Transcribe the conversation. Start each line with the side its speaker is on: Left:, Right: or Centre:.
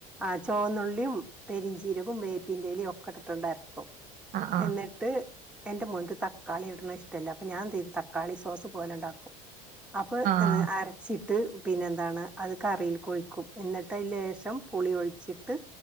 Centre: ആഹ് ചോന്നുള്ളീം, പെരുംഞ്ചീരകും, വേപ്പിന്റെലിം, ഒക്കെ ഇട്ടിട്ടങ്ങട്ട് അരക്കും
Right: ആഹ് ആഹ്
Centre: എന്നി ട്ട് എന്റെ മോൻക്ക് തക്കാളിയിട്ന്നത് ഇഷ്ടല്ല അപ്പ ഞാൻ എന്തെയ്തു തക്കാളി സോസു പോലെണ്ടാക്കും അപ്പൊ ഹ്
Right: ആഹ്
Centre: അരച്ചിട്ട് പിന്നെന്താണ് അത് കറിക്കൊഴിക്കും ഇന്നട്ട് ലേശം പുളി ഒഴിച്ചിട്ട്